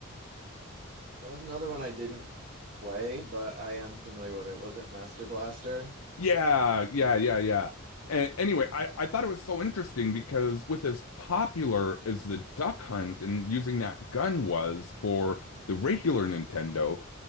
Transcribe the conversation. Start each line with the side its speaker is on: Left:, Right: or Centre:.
Right: That was another one I didn't play, but I am familiar with it. Was it Master Blaster?
Left: Yeah, yeah, yeah, yeah. And
Right: <laughs>
Left: anyway,
Right: or
Left: I, I thought it was so interesting because with as popular as the Duck Hunt and using that gun was for the regular Nintendo,